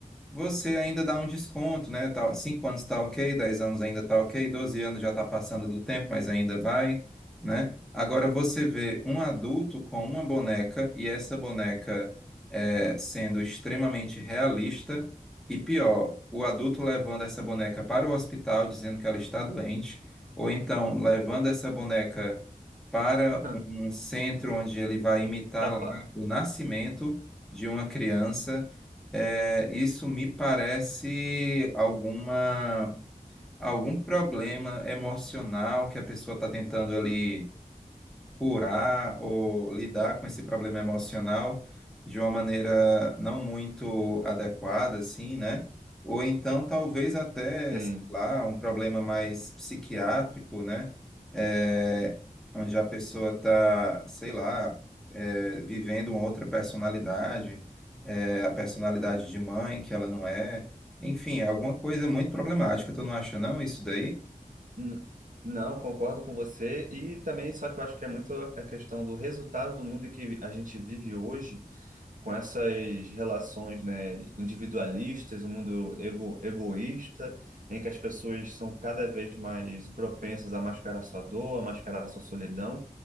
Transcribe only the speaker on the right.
uhum.
<laughs>
Tá
pa-
Sim.
N- Não, concordo com você. E também, só que eu acho que é muito a questão do resultado do mundo que a gente vive hoje com essas relações, né, individualistas, o um mundo ego, egoísta, em que as pessoas são cada vez mais propensas a mascarar sua dor, a mascarar sua solidão,